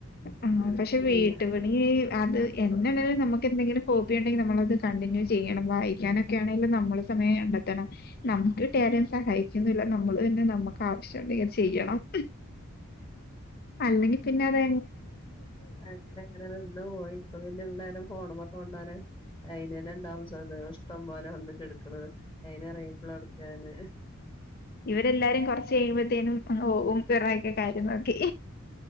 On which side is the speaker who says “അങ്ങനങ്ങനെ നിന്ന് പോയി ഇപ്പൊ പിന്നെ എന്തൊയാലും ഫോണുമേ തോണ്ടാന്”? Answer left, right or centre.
Left